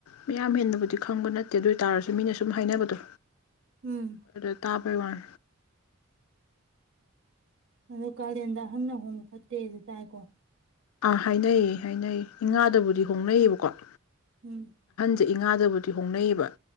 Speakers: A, on the left; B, on the right.
A: ꯃꯌꯥꯝ ꯍꯦꯟꯅꯕꯨꯗꯤ ꯈꯪꯕ ꯅꯠꯇꯦ ꯑꯗꯨ ꯑꯣꯏ ꯇꯥꯔꯁꯨ ꯃꯤꯅ ꯁꯨꯝ ꯍꯥꯏꯅꯕꯗꯣ
B: ꯎꯝ
A: ꯑꯗꯨꯗ ꯇ ꯄꯣꯏ ꯋꯥꯟ
B: ꯑꯗꯣ ꯀꯥꯂꯦꯟꯗ ꯑꯍꯟꯅ ꯑꯍꯨꯝ ꯐꯛꯇꯦꯁꯨ ꯇꯥꯏꯀꯣ
A: ꯑꯥ ꯍꯥꯏꯅꯩꯌꯦ ꯍꯥꯏꯅꯩ ꯏ
B: ꯎꯝ
A: ꯉꯥꯗꯕꯨꯗꯤ ꯍꯣꯡꯅꯩꯌꯦꯕꯀꯣ ꯀꯠ
B: ꯎꯝ
A: ꯁꯤ ꯏꯉꯥꯗꯕꯨꯗꯤ ꯍꯣꯡꯅꯩꯌꯦꯕ